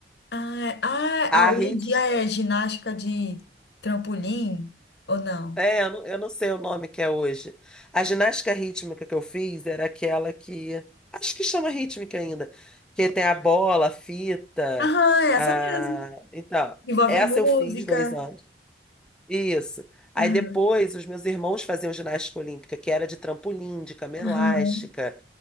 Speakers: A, on the left; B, in the centre.
A: Ah, ah,
B: A
A: ah, hoje
B: rit
A: em dia é ginástica de trampolim ou não?
B: É, eu não, eu não sei o nome que é hoje. A ginástica rítmica que eu fiz era aquela que. Acho que chama rítmica ainda. Que tem a bola, a fita.
A: Aham, é
B: A...
A: essa mesmo.
B: Então,
A: Envolve
B: essa
A: música,
B: eu fiz dois anos. Isso. Aí
A: Aham,
B: depois os meus irmãos faziam ginástica olímpica, que era de trampolim, de cama
A: aham,
B: elástica,